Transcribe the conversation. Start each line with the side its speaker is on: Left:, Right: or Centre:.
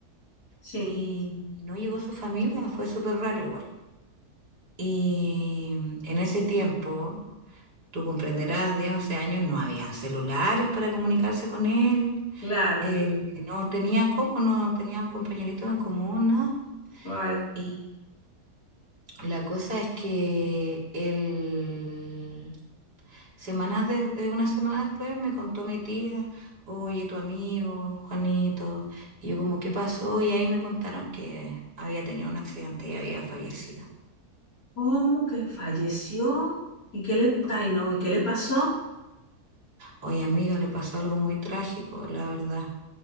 Left: Sí.
Right: Y no llegó su familia, fue súper raro igual. Y en ese tiempo, tú comprenderás, de 11 años no habían celulares para comunicarse con él.
Left: Claro.
Right: eh, que no tenía cómo, no teníamos compañeritos en común, nada.
Left: Ay,
Right: Y la cosa es que él, semanas de, eh, una semana después me contó mi tía, oye, tu amigo, Juanito, y yo como, ¿qué pasó? Y ahí me contaron que había tenido un accidente y había fallecido.
Left: ¿cómo que falleció? ¿Y qué le, ay, no, ¿y qué le pasó?
Right: Oye, amiga, le pasó algo muy trágico, la verdad.